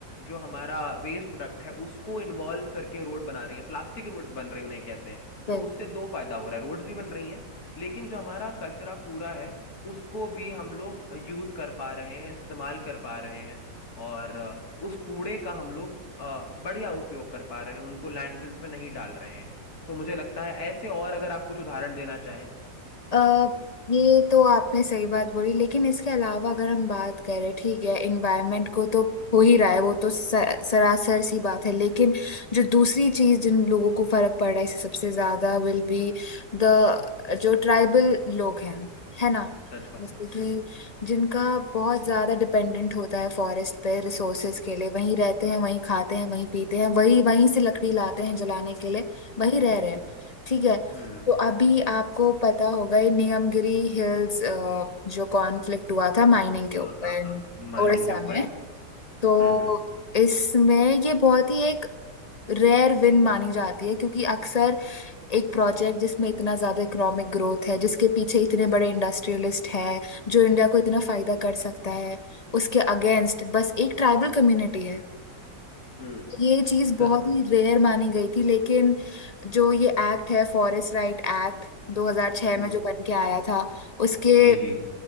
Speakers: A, on the left; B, on the left.
A: जो हमारा वेस्ट प्रोडक्ट है उसको इन्वॉल्व करके रोड बना रही है प्लास्टिक रोड्स बन रही हैं उन्हें कहते हैं
B: हम्म।
A: तो उससे दो फायदा हो रहा है रोड्स भी बन रही हैं लेकिन जो हमारा कचरा कूड़ा है उसको भी हम लोग यूज कर पा रहे हैं इस्तेमाल कर पा रहे हैं और अ, उस कूड़े का हम लोग अ, बढ़िया उपयोग कर पा रहे हैं उनको लैंडफिल्स में नहीं डाल रहे हैं तो मुझे लगता है ऐसे और अगर आप कुछ उदाहरण देना चाहें
B: अ, ये तो आपने सही बात बोली लेकिन इसके अलावा अगर हम बात करें ठीक है इन्वायरमेंट को तो हो ही रहा है वो तो स- सरासर सी बात है लेकिन जो दूसरी चीज जिन लोगों को फर्क पड़ रहा है इससे सबसे ज्यादा विल बी द जो ट्राइबल लोग हैं है ना
A: सच बात
B: जैसे
A: है
B: कि
A: हम्म
B: जिनका बहुत ज्यादा डिपेंडेंट होता है फॉरेस्ट पे रिसोर्सेज के लिए वहीं रहते हैं वहीं खाते हैं वहीं पीते हैं वहीं वहीं से लकड़ी लाते हैं जलाने के लिए
A: हम्म
B: वहीं रह रहे हैं
A: हम्म
B: ठीक है
A: हम्म,
B: तो अभी आपको पता होगा ये नियमगिरी हिल्स जो कॉन्फ्लिक्ट हुआ था माइनिंग के
A: हाँ
B: ऊपर
A: हाँ हाँ माइनिंग
B: उड़ीसा
A: के ऊपर
B: में तो
A: हम्म हम्म
B: इसमें ये बहुत ही एक रेयर विन मानी जाती है क्योंकि अक्सर एक प्रोजेक्ट जिसमें इतना ज्यादा इकोनॉमिक ग्रोथ है जिसके पीछे इतने बड़े इंडस्ट्रियलिस्ट हैं जो इंडिया को इतना फायदा कर सकता है उसके अगेंस्ट बस एक ट्राइबल कम्युनिटी है
A: हम्म
B: ये चीज बहुत
A: सच बात
B: ही रेयर मानी गई थी लेकिन जो ये एक्ट है फॉरेस्ट राइट एक्ट 2006
A: हम्म,
B: में जो बन के आया था उसके
A: जी जी